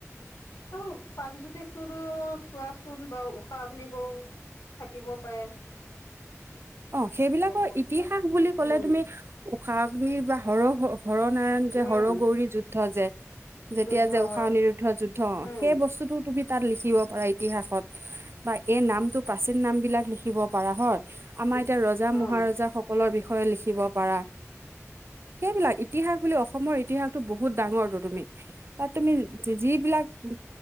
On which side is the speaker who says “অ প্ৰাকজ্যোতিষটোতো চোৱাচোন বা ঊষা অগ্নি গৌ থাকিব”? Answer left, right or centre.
Left